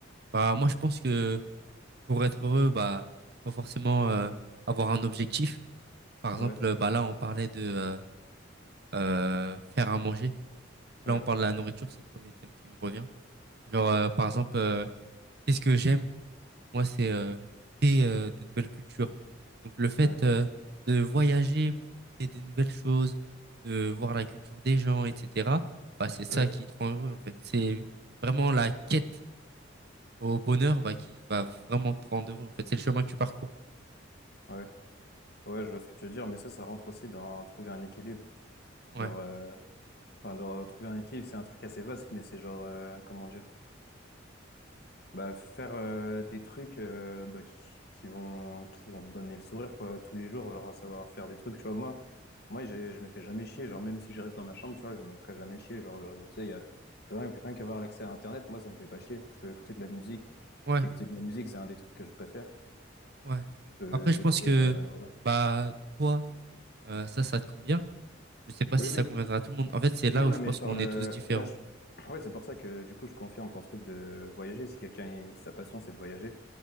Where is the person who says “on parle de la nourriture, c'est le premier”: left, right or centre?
Right